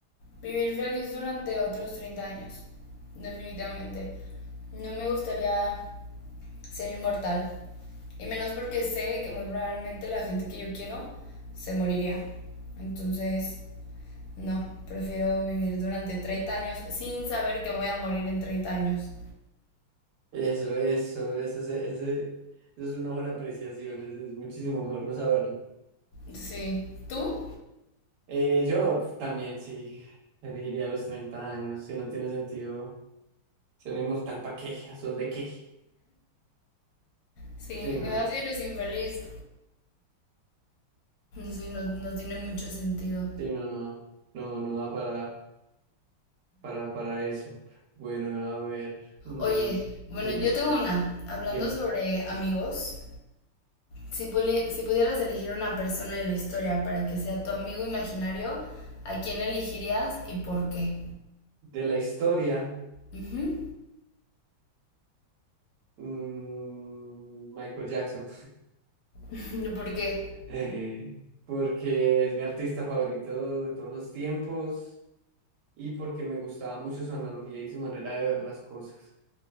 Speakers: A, on the left; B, on the right.
A: Vivir feliz durante otros 30 años, definitivamente. No me gustaría ser inmortal. Y menos porque sé que muy probablemente la gente que yo quiero se moriría. Entonces, no, prefiero vivir durante 30 años sin saber que voy a morir en 30 años.
B: Eso, eso, eso, es- ese- eso es una buena apreciación, es, es muchísimo mejor no saberlo.
A: Sí, ¿tú?
B: Eh, yo pf, también sí elegiría los 30 años, si no tiene sentido ser inmortal, ¿para qué? ¿A son de qué?
A: Sí,
B: Sí,
A: así
B: no,
A: eres infeliz. Sí, no, no tiene mucho sentido.
B: sí, no, no, no, no da para, para, para eso. Bueno, a ver, mm,
A: Oye, bueno,
B: dime,
A: yo tengo una. Hablando
B: dime,
A: sobre amigos, Si, puli- si pudieras elegir una persona de la historia para que sea tu amigo imaginario, ¿a quién elegirías y por qué?
B: de la historia.
A: Ujú.
B: Mm, Michael Jackson,
A: <laughs> ¿Por qué?
B: <laughs> porque es mi artista favorito de todos los tiempos y porque me gustaba mucho su analogía y su manera de ver las cosas.